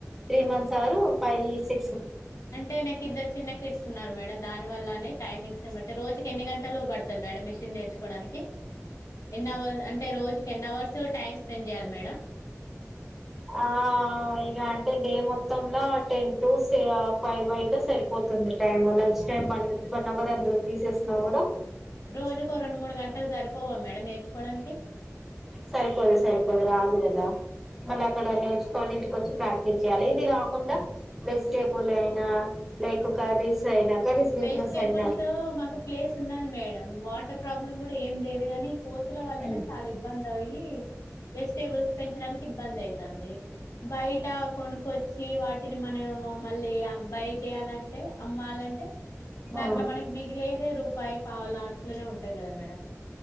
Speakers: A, in the centre; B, on the left.
A: త్రీ మంత్స్ సారు ఫైవ్ సి
B: అంటే నాకు ఇద్దరు చిన్న కిట్స్ ఉన్నారు. మేడం దాన్ వల్లనే టైమింగ్స్ <unintelligible> బట్టి రోజుకి ఎన్ని గంటలు పడ్తది. మీషిన్ నేర్చుకో నేర్చుకోవడానికి ఎన్ అవర్ అంటే రోజుకి ఎన్ అవర్స్ టైం స్పెండ్ చేయాలి. మేడం
A: ఆ ఇగా అంటే డే మొత్తంల టెన్ టు ఫైవ్ అయితే సరిపోతుంది. Time next time one hour అందులో తీసేసినా కూడ
B: రోజుకో రెండు మూడు గంటలు సరిపోవా మేడం నేర్చుకోవడానికి
A: సరిపోదు సరిపోదు రాదు కదా మళ్ళీ అక్కడ నేర్చుకోవాలి. ఇంటికి వచ్చి ప్రాక్టీస్ చేయ్యాలి. ఇది కాకుండా వెజిటేబుల్ అయినా లైక్ కర్రీస్ అయినా కర్రీస్ బిజినెస్
B: వెజిటేబుల్స్
A: అయినా
B: మాకు ప్లేస్ ఉన్నది మేడం వ ఇ ప్రాబ్లం కూడ ఏం లేదు కాగాని కోతుల వల్లనే
A: హ్మ్
B: చాల ఇబ్బంది. అయి వెజిటేబుల్స్ పె ఇబ్బంది అయితాంది బయట కొనుకోచ్చి వాట్ అని మనం మళ్ళీ అబ్బాయి చెయాలంటే అమ్మాలంటే దాంట్లో
A: ఆ
B: మనకి మిగిలిదే రూపాయి పావల అట్లనే ఉంటది. కదా మేడమ్